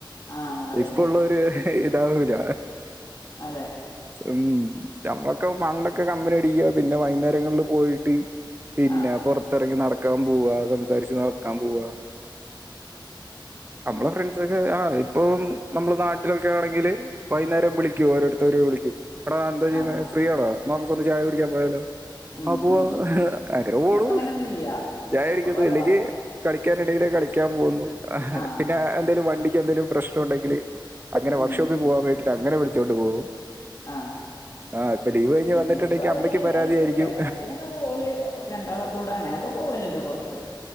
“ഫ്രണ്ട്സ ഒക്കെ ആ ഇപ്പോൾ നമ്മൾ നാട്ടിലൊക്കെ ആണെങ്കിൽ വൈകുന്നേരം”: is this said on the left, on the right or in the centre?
Right